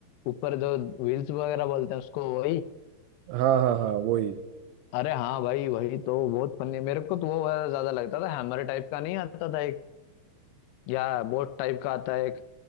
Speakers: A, on the left; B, on the right.
A: ऊपर जो व्हील्स वगैरह बोलते हैं उसको वही
B: हाँ हाँ हाँ वही
A: अरे हाँ भाई वही तो बहुत फनी मेरे को तो वो वाला ज्यादा लगता था हैमर टाइप का नहीं आता था एक या बोट टाइप का आता है एक